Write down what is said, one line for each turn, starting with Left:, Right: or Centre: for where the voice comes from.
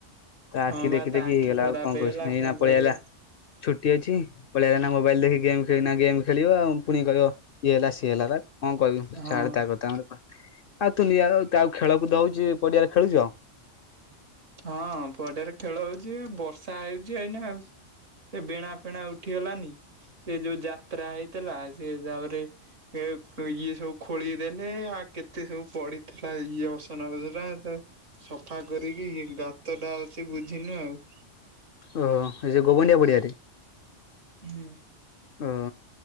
Left: ତା
Right: ହଁ
Left: ଆଖି
Right: ବା
Left: ଦେଖି
Right: ତା
Left: ଦେଖି
Right: ଆଖି
Left: ହେଇଗଲା
Right: ଖରାପ
Left: ଆଉ କଣ
Right: ହେଇଗଲା
Left: କହୁଛ ଏଇନା
Right: କଣ କରିବା।
Left: ପଳେଇଆଲା ଛୁଟି ଅଛି ପଳେଇବ ଏଇନା ମୋବାଇଲ ଦେଖି ଗେମ୍ ଖ ଗେମ୍ ଖେଳିବ ଆଉ ପୁଣି କହିବ ଇଏ ହେଲା ସିଏ ହେଲାପା କଣ କହିବୁ
Right: ହଁ
Left: ଛାଡେ ତା କଥା ଆମର କଣ ତୁନିଆ ଆଉ ଖେଳକୁଦ ହେଉଛି ପଡିଆରେ ଖେଳୁଛ?
Right: ହଁ ପଡିଆରେ ଖେଳ ହଉଛି ବର୍ଷା ହେଉଛି ଏଇନା ଆଉ। ସେ ବେଣା ଫେଣା ଉଠିଗଲାନି ସେ ଯୋଉ ଯାତ୍ରା ହେଇଥିଲା। ସେ ତାପରେ ଏ ଇଏ ସବୁ ଖୋଳିଦେଲେ ଆଉ କେତେ ସବୁ ପଡିଥିଲା ଇଏ ଅସନା ବସନା ସଫା କରିକି ଗାତ ଟା ଅଛି ବୁଝିନୁ ଆଉ।
Left: ଓ ହୋ ସେ ଗୋବଣ୍ଡିଆ ପଡିଆରେ।
Right: ହୁଁ।
Left: ଓ